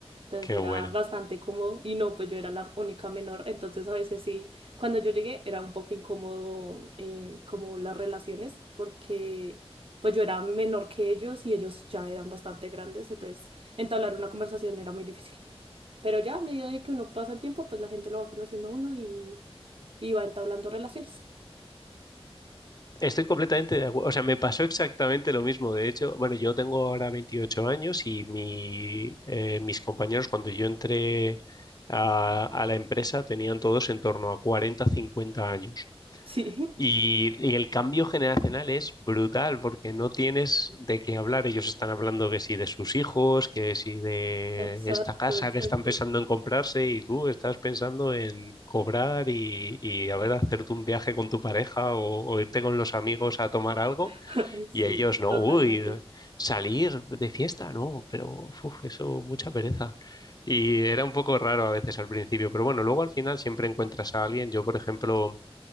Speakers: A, on the right; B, on the left.
A: Entonces
B: Qué
A: era
B: bueno.
A: bastante cómodo y no, pues yo era la única menor, entonces a veces sí, cuando yo llegué era un poco incómodo eh, como las relaciones, porque pues yo era menor que ellos y ellos ya eran bastante grandes, entonces entablar una conversación era muy difícil. Pero ya, a medida de que uno pasa el tiempo, pues la gente lo va conociendo a uno y, y va entablando relaciones.
B: Estoy completamente de acuerdo. O sea, me pasó exactamente lo mismo. De hecho, bueno, yo tengo ahora 28 años y mi, eh, mis compañeros cuando yo entré a, a la empresa tenían todos en torno a cuarenta-cincuenta años.
A: Sí,
B: Y, y el cambio generacional es brutal porque
A: <laughs>
B: no tienes de qué hablar. Ellos están hablando que sí de sus hijos, que sí de
A: exacto,
B: esta casa
A: exacto.
B: que están pensando en comprarse y tú estás pensando en cobrar y, y a ver, hacerte un viaje con tu pareja o, o irte con los amigos a tomar algo
A: <laughs> Sí,
B: y ellos no,
A: totalmente.
B: uy, salir de fiesta, no, pero uf, eso, mucha pereza. Y era un poco raro a veces al principio, pero bueno, luego al final siempre encuentras a alguien. Yo, por ejemplo...